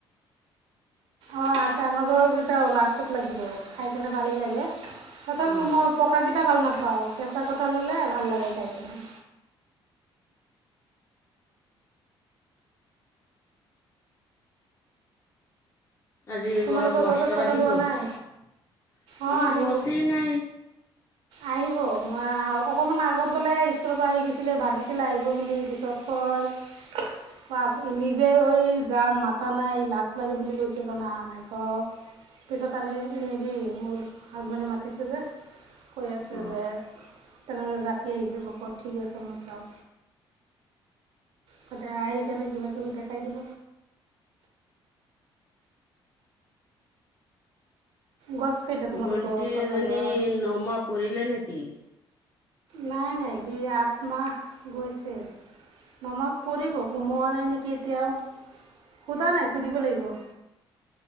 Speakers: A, on the right; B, on the left.
A: অ', আছে আমাৰ ঘৰৰ কেইটা লাষ্টত লাগিব, খাই কেনে ভালেই লাগে। তথাপি
B: উম
A: মই পকাকেইটা ভাল নাপাওঁ। পাওঁ। কেঁচা কঠাল হ'লে ভাল লাগে খাই কিনে।
B: আজি
A: তোমালোকৰ
B: ঘৰত মাষ্টৰ
A: গছত কঁঠাল
B: আহিব।
A: হোৱা
B: আমাৰ
A: নাই অঁ আহিব
B: গছেয়ে নাই।
A: আহিব, মই আৰু অকণমান আগত বোলে স্কুলৰ পৰা আহি গৈছিলে, ভাবিছিলে আহিব বুলি পিছত কয়? ক নিজে ঐ যাম মাতা নাই লাজ লাগে বুলি কৈছে ক ন অহা নাই ক। পিছত আনি এ দি মোৰ হাজবেণ্ডে মাতিছে যে। কৈ আছে
B: অ
A: যে। তেনেদ'লে ৰাতি আহি যাব ক' ঠিক আছে মই চাওঁ সদায় আহি কেনে কিবা কিবি দেখাই দিব। গছ কেইটা তোমালোকৰ
B: ভণ্টি
A: কঁঠাল
B: এজনী
A: গছ
B: নমাহ পৰিলে নেকি
A: নাই নাই সি আঠ মাহ গৈছে। মামত পৰিব সোমোৱা নাই নেকি এতিয়াও সোধা নাই সুধিব লাগিব